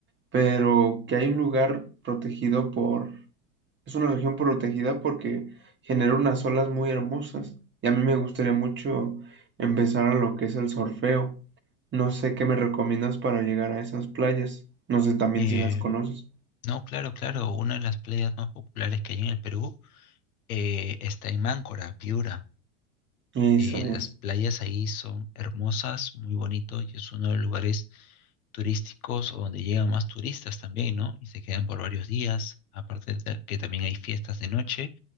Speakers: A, on the right; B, on the left.
A: pero que hay un lugar protegido por, es una región protegida porque genera unas olas muy hermosas y a mí me gustaría mucho empezar a lo que es el surfeo. No sé qué me recomiendas para llegar a esas playas. No sé también
B: Eh,
A: si las conoces.
B: no, claro, claro, una de las playas más populares que hay en el Perú eh, está en Máncora, Piura.
A: Eso
B: Eh,
A: es.
B: las playas ahí son hermosas, muy bonito y es uno de los lugares turísticos o donde llegan más turistas también, ¿no? Y se quedan por varios días, aparte de que también hay fiestas de noche,